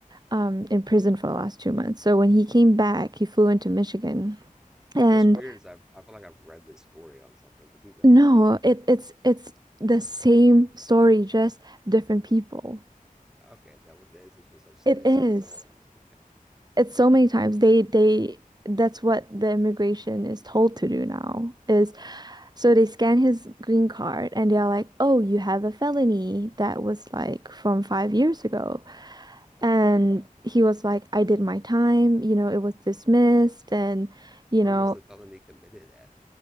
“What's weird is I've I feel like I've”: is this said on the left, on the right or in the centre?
Centre